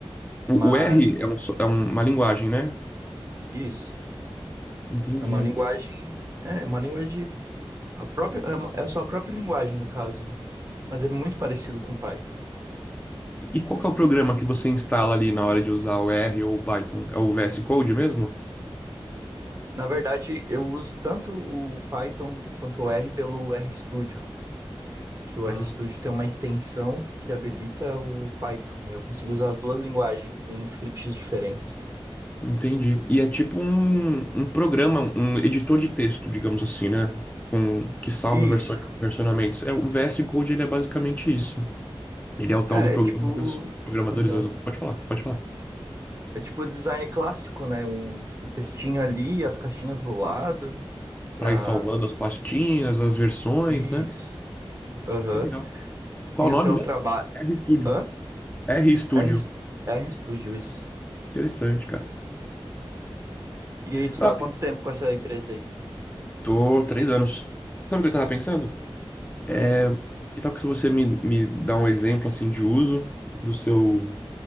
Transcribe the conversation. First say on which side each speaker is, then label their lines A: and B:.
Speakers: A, on the right; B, on the left.
A: Mas
B: O, o R é, um so- é um- uma linguagem, né?
A: isso
B: Entendi.
A: é uma linguagem, é uma linguagem A própria, é uma- é a sua própria linguagem, no caso, né? Mas é muito parecido com Python.
B: E, e qual que é o programa que você instala ali na hora de usar o R ou o Python? É o VS Code mesmo?
A: Na verdade, eu uso tanto o Python quanto o R pelo RStudio, que o
B: Ah,
A: RStudio tem uma extensão que habilita o Python. Eu consigo usar as duas linguagens em scripts diferentes.
B: entendi. E é tipo um, um programa, um editor de texto, digamos assim, né? Com, que salva
A: Isso.
B: versões, versionamentos. É, o VS Code ele é basicamente isso. Ele é o tal
A: É,
B: do programa
A: é tipo.
B: que os programadores
A: aham.
B: usam. Pode falar, pode falar.
A: É tipo design clássico, né? Um, um textinho ali, as caixinhas do lado, pra.
B: Pra ir salvando as pastinhas, as versões,
A: Isso.
B: né?
A: Aham.
B: Que legal. Qual
A: E
B: o nome
A: o teu
B: mesmo?
A: trabalho.
B: RStudio.
A: Hã?
B: RStudio.
A: R, RStudio, isso.
B: Interessante, cara.
A: E aí, tu
B: Tá,
A: tá há quanto tempo com essa empresa aí?
B: tô três anos. Sabe o que eu tava pensando? É,
A: Hum,
B: que tal que se você me, me dá um exemplo assim de uso do seu,